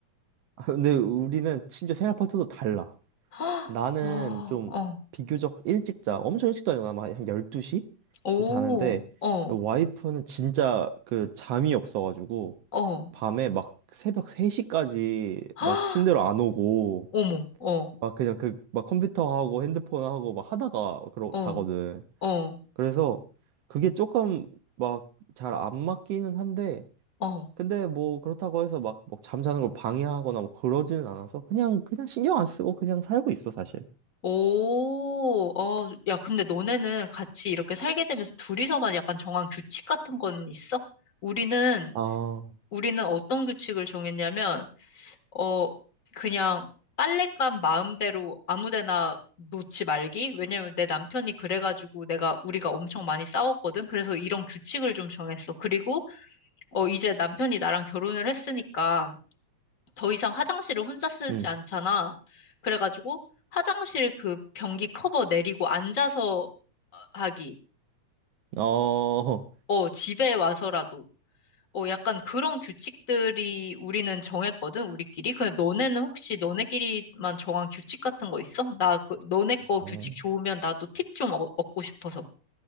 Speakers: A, on the right (about 70°); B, on the left (about 40°).
A: 아, 근데 우리는 심지어 생활 패턴도 달라.
B: <gasps> 헉,
A: 나는
B: 어,
A: 좀
B: 어,
A: 비교적 일찍 자. 엄청 일찍 자요. 아한 12시?
B: 오,
A: 자는데
B: 어,
A: 와이프는 진짜 그 잠이 없어가지고
B: 어,
A: 밤에
B: <gasps>
A: 막 새벽 3시까지 막
B: 헉,
A: 침대로 안 오고
B: 어머, 어,
A: 막 그냥 그 막 컴퓨터하고 핸드폰하고 막 하다가 그러
B: 어,
A: 자거든.
B: 어,
A: 그래서 그게 조금 막 잘 안 맞기는 한데
B: 어.
A: 근데 뭐 그렇다고 해서 막 뭐 잠자는 걸 방해하거나 뭐 그러지는 않아서 그냥 그냥 신경 안 쓰고 그냥 살고 있어 사실.
B: 오, 어, 야, 근데 너네는 같이 이렇게 살게 되면서 둘이서만 약간 정한 규칙 같은 건 있어? 우리는,
A: 아,
B: 우리는 어떤 규칙을 정했냐면, 어, 그냥 빨랫감 마음대로 아무 데나 놓지 말기? 왜냐면 내 남편이 그래가지고 내가, 우리가 엄청 많이 싸웠거든? 그래서 이런 규칙을 좀 정했어. 그리고, 어, 이제 남편이 나랑 결혼을 했으니까, 더 이상 화장실을 혼자 쓰지
A: 응.
B: 않잖아. 그래가지고 화장실 그 변기 커버 내리고 앉아서 어, 하기.
A: 어.
B: 어, 집에 와서라도. 어, 약간 그런 규칙들이 우리는 정했거든, 우리끼리. 근데 너네는 혹시 너네끼리만 정한 규칙 같은 거 있어? 나 그, 너네 거 규칙
A: 아, <laughs>
B: 좋으면 나도 팁 좀 얻고 싶어서.